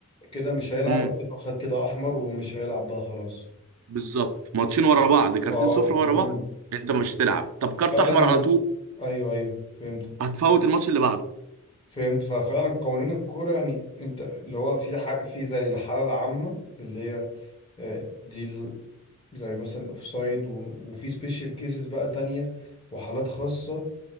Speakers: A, on the left; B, on the right.
A: كده مش هيلعب
B: امم
A: اكنه خد كده احمر ومش هيلعب بقى خلاص
B: بالظبط ماتشين ورا بعض كارتين
A: اه
B: صفر
A: فهمت
B: ورا بعض انت مش هتلعب طب كارت
A: فعلا
B: احمر
A: يعني
B: على طول
A: ايوه ايوه فهمت
B: هتفوت الماتش اللي بعده
A: فهمت ففعلا قوانين الكوره يعني انت اللي هو في حاجه في زي الحاله العامه اللي هي آه، دي ال- زي مثلا الاوفسايد و- وفي سبيشال كيسز بقى تانية وحالات خاصه